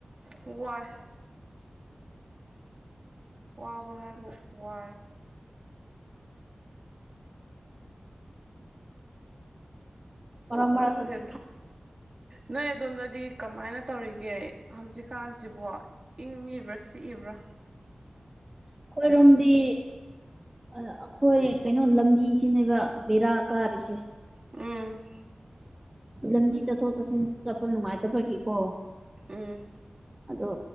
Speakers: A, on the right; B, on the right.
A: ꯋꯥꯏ ꯋꯥꯕ ꯍꯥꯏꯕꯨ ꯋꯥꯏ
B: ꯃꯔꯛ ꯃꯔꯛꯇꯗꯤ
A: ꯈꯪꯗ‌ꯦꯗ ꯅꯣꯏ ꯑꯗꯣꯝꯗꯗꯤ ꯀꯃꯥꯏꯅ ꯇꯧꯔꯤꯒꯦ ꯍꯧꯖꯤꯛꯀꯥꯟꯁꯤꯕꯣ ꯏꯪꯉꯤꯕ꯭ꯔꯥ ꯁꯤꯛꯏꯕ꯭ꯔꯥ
B: ꯑꯩꯈꯣꯏꯔꯣꯝꯗꯤ ꯑꯥ ꯑꯩꯈꯣꯏ ꯀꯩꯅꯣ ꯂꯝꯕꯤꯁꯤꯅꯦꯕ ꯕꯦꯔꯥ ꯀꯥꯔꯤꯁꯦ
A: ꯎꯝ
B: ꯂꯝꯕꯤ ꯆꯠꯊꯣꯛ ꯆꯠꯁꯤꯟ ꯆꯠꯄ ꯅꯨꯡꯉꯥꯏꯇꯕꯒꯤꯀꯣ
A: ꯎꯝ
B: ꯑꯗꯣ